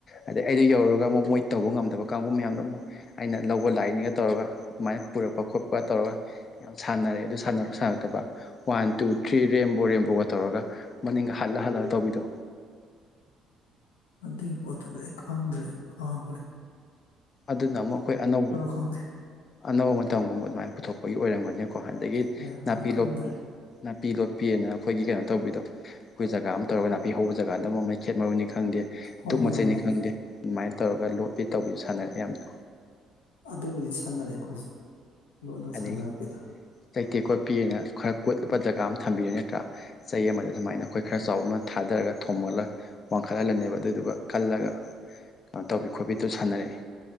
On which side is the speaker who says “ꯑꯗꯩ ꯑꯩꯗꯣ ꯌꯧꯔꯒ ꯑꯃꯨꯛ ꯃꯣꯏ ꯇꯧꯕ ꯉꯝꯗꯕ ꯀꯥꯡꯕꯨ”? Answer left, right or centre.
Left